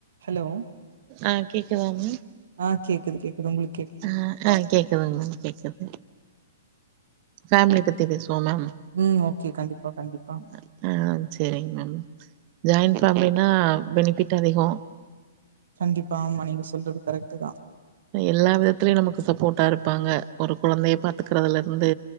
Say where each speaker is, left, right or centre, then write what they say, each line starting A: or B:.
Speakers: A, on the right; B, on the right.
A: Hello
B: ஆ கேக்குதா ma'am
A: ஆ கேக்குது கேக்குது உங்களுக்
B: ஆ ஆ கேக்குதுங்க மேம் கேக்குது ஃபேமிலி பத்தி பேசு வோ மேம்
A: ம் ஓகே கண்டிப்பா கண்டிப்பா
B: ஆ ஆ செரிங் மேம் ஜாயிண்ட் ஃபேமிலி நா பெனிபிட் அதிகோ
A: கண்டிப்பா ஆமா நீங்க சொல்றது கரெக்ட் தா
B: எல்லா விதத்திலயு நமக்கு சப்போர்ட்டா இருப்பாங்க ஒரு கொழந்தைய பாத்துக்கிறதுல இருந்து